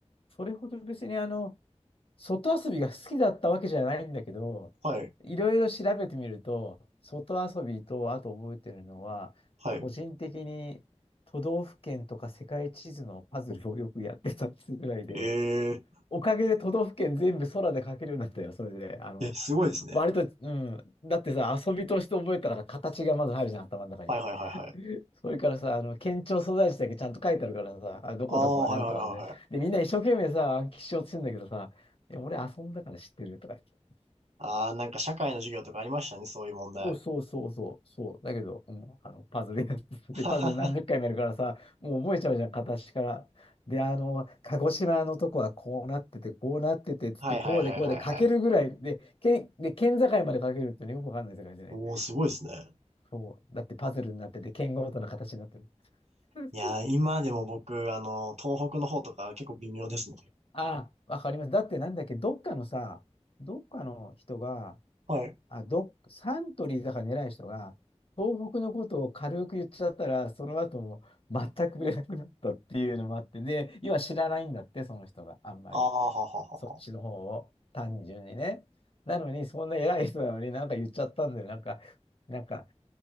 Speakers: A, on the left (about 50°); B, on the right (about 75°).
A: それほど別にあの、外遊びが好きだったわけじゃないんだけど、
B: はい、
A: いろいろ調べてみると、外遊びと、あと覚えてるのは、
B: はい。
A: 個人的に都道府県とか世界地図のパズルをよくやってたっていうぐらいで、
B: ええ
A: おかげで都道府県全部空で描けるようになったよ、それで。あの、
B: え、すごいですね。
A: 割と、うん。だってさ、遊びとして覚えたから形がまず入るじゃん、頭の中に。
B: はいはいはいはい。
A: <laughs> それからさ、あの、県庁所在地だけちゃんと書いてあるからさ、あ、どこどこはなんとかで、
B: ああ、はいはいはいはい。
A: ねで、みんな一生懸命さ、暗記しようとしてんだけどさ、いや俺遊んだから知ってるとか言って。
B: ああ、なんか社会の授業とかありましたね、そういう問題。
A: そうそうそうそう、そう。だけど、うん、あの、パズルやって、<laughs> で、
B: <laughs>
A: パズル何十回もやるからさ、
B: は
A: もう覚えちゃうじゃん、片足から。で、あの、鹿児島のとこはこうなってて、こうなってて、つって、
B: いはいはいはいはい。
A: こうでこうで書けるぐらいで、県、で、県境まで書けるってね、よくわかんない世界でね。
B: おー、すごいですね。
A: そう。だってパズルになってて、県ごとの形になってる。<laughs>
B: いやー、今でも僕、あの、東北の方とか結構微妙ですもん。
A: あ、わかります。だってなんだっけ、どっかのさ、どっかの人が、
B: はい。
A: あ、どっ、サントリーだから偉い人が、東北のことを軽く言っちゃったら、その後も全く売れなくなったっていうのもあって、で、要は知らないんだって、その人があんまり。
B: ああ、はははは。
A: そっちの方を、単純にね。なのに、そんな偉い人なのになんか言っちゃったんだよ。なんか、なんか、